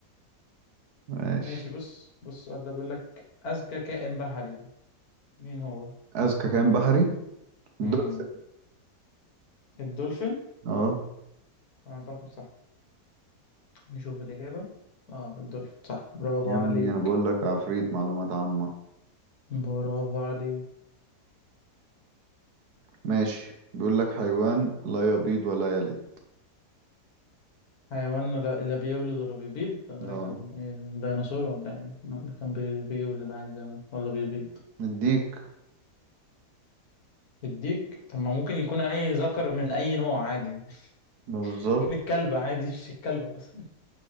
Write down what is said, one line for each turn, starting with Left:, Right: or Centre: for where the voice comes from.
Right: ماشي
Left: ماشي بص بص السؤال ده بيقول لك أذكى كائن بحري مين هو؟
Right: اذكى كائن بحري الدولفين
Left: مم. الدولفين
Right: اه
Left: أعتقد صح نشوف الإجابة اه الدولفين صح برافو
Right: يا
Left: علي
Right: ابني انا بقول لك عفريت معلومات عامة
Left: برافو علي
Right: ماشي بيقول لك حيوان لا يبيض ولا يلد
Left: حيوان لا لا بيولد ولا بيبيض تقريبا
Right: اه
Left: يعني إيه الديناصور ولا ايه لا ده كان بي- بيولد عادي زمان ولا بيبيض
Right: مديك
Left: الديك طب ما ممكن يكون اي ذكر من اي نوع عادي <laughs>
Right: ما بالظبط
Left: ممكن الكلب عادي مش الكلبة مثلا <laughs>